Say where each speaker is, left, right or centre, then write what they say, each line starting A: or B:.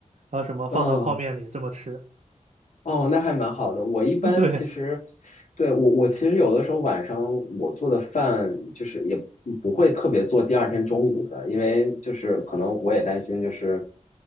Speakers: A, on the right (about 60°); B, on the left (about 65°).
A: 然后什么放到泡面里这么吃。
B: 嗯。哦，那还蛮好的。我一般其实，
A: <laughs> 对，
B: 对，我我其实有的时候晚上我做的饭就是也不会特别做第二天中午的，因为就是可能我也担心就是